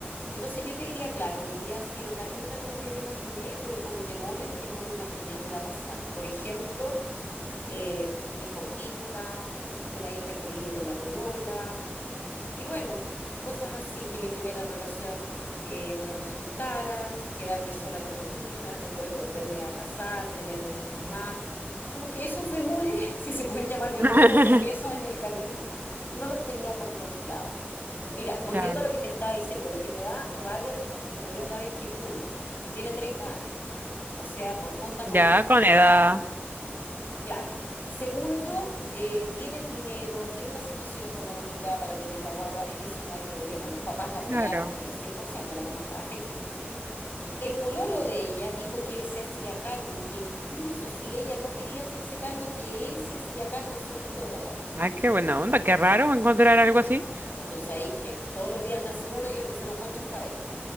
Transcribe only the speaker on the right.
<laughs>
Claro,
ya
con edad.
Claro.
Ay, qué buena onda, qué raro encontrar algo así.